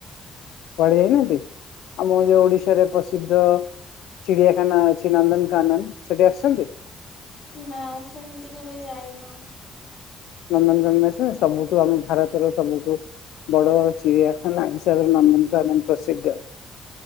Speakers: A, on the left; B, on the left.
A: କୁଆଡ଼େ ଯାଇନାହାନ୍ତି ଆମର ଯୋଉ ଓଡିଶାରେ ପ୍ରସିଦ୍ଧ ଚିଡ଼ିଆଖାନା ଅଛି ନନ୍ଦନକାନନ ସେଠି ଆସିଛନ୍ତି?
B: ନା ସେମିତି କେବେ ଯାଇନୁ।
A: ନନ୍ଦନକାନନ ଆସିବ ସବୁଠୁ ଆମେ ଭାରତର ସବୁଠୁ ବଡ଼ ଚିଡ଼ିଆଖାନା ହିସାବରେ ନାମିତ ଏବଂ ପ୍ରସିଦ୍ଧ।